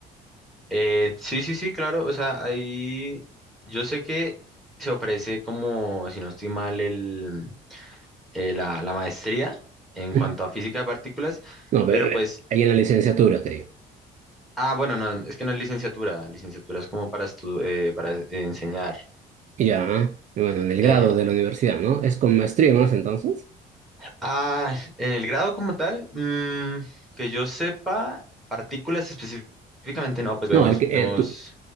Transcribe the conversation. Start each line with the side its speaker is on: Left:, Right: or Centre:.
Centre: eh, sí, sí, sí, claro. O sea, ahí yo sé que se ofrece como, si no estoy mal, el, eh, la, la maestría en
Right: <laughs>
Centre: cuanto a física de partículas,
Right: No, pero
Centre: pero
Right: eh,
Centre: pues
Right: ahí en la licenciatura, te digo.
Centre: Ah, bueno, no, es que no es licenciatura. Licenciatura es como para estu- eh, para eh, enseñar.
Right: Y ya, ¿ah? Y Bueno, en el grado
Centre: Eh,
Right: de la universidad, ¿no? ¿Es con maestría más entonces?
Centre: ah, en el grado como tal, mm, que yo sepa, partículas específicamente no, pues vemos,
Right: No, el que,
Centre: vemos,
Right: eh, tú-